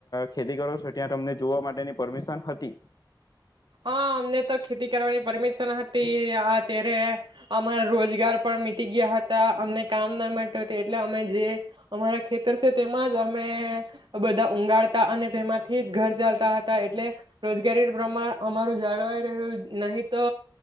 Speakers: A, on the left (about 55°); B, on the right (about 75°).
A: ખેતી કરો છો ત્યાં તમને જોવા માટેની પરમિશન હતી.
B: હા અમને તો ખેતી કરવાની પરમિશન હતી અત્યારે અમારા રોજગાર પણ મીટી ગયા હતા અમને કામ ના માટે એટલે અમે જે, અમારા ખેતર છે તેમાં જ અમે બધા ઊંગાડતા અને તેમાંથી જ ઘર ચાલતા હતા એટલે, રોજગારી પ્રમાણ અમારું જાળવાઈ રહ્યું નહી તો,